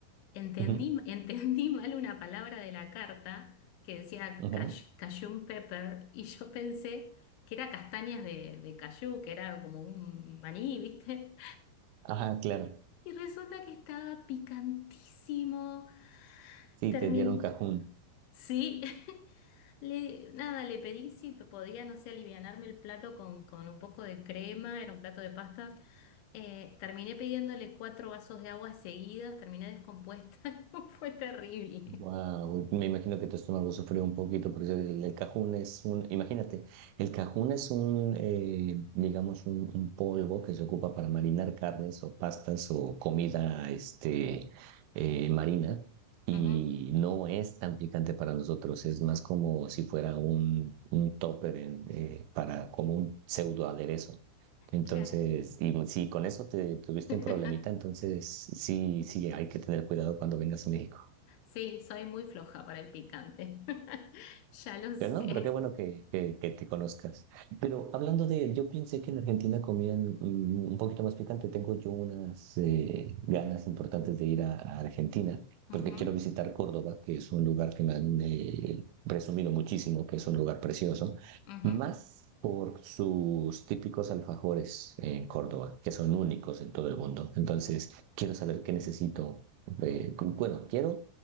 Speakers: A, on the left; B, on the right.
A: Entendí,
B: Ujú,
A: entendí <laughs> mal una palabra de la carta que decía
B: ujú.
A: cash- cajun pepper y yo pensé que era castañas de, de cayú, que era como un maní, ¿viste?
B: Ajá, claro.
A: Y resulta que estaba picantísimo.
B: Sí,
A: Terminé.
B: te dieron cajún.
A: Sí, <laughs> le- nada, le pedí si p- podía, no sé, alivianarme el plato con, con un poco de crema, era un plato de pastas. Eh, terminé pidiéndole cuatro vasos de agua seguidos, terminé descompuesta. <laughs> Fue terrible.
B: Wow, me imagino que tu estómago lo sufrió un poquito, porque el, el cajún es un, imagínate, el cajún es un, eh, digamos, un, un polvo que se ocupa para marinar carnes o pastas o comida, este, eh, marina, y
A: Ujú,
B: no es tan picante para nosotros, es más como si fuera un, un topper en- eh, para, como un pseudo aderezo. Entonces,
A: Claro.
B: y si con eso te tuviste
A: <laughs>
B: un problemita, entonces sí, sí, hay que tener cuidado cuando vengas a México.
A: Sí, soy muy floja para el picante. <laughs> Ya lo sé.
B: Pero no, pero qué bueno que, que, que te conozcas. Pero hablando de, yo pensé que en Argentina comían mm, un poquito más picante. Tengo yo unas eh, ganas importantes de ir a, a Argentina, porque
A: Ujú,
B: quiero visitar Córdoba, que es un lugar que me han eh, presumido muchísimo, que es un lugar precioso,
A: ujú.
B: más por sus típicos alfajores en Córdoba, que son únicos en todo el mundo. Entonces, quiero saber qué necesito. eh, cu- bueno, quiero